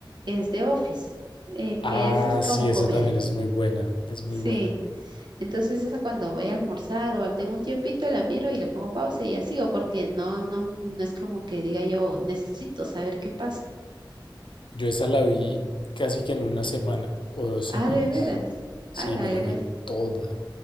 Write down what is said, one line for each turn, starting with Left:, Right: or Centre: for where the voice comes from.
Right: es The Office, eh,
Left: Ah,
Right: que esa es como
Left: sí,
Right: comedia.
Left: esa también es muy buena, es muy
Right: Sí.
Left: buena.
Right: Entonces esa cuando voy a almorzar o tengo un tiempito la miro y le pongo pausa y ya sigo porque no, no, no es como que diga yo necesito saber qué pasa.
Left: Yo esa la vi casi que en una semana o dos semanas.
Right: Ah, de veras.
Left: Sí,
Right: Ah, la
Left: me la
Right: gran.
Left: vi toda.